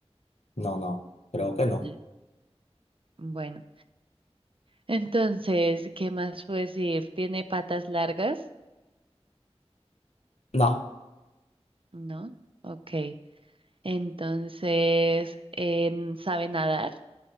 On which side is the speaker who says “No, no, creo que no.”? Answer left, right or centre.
Left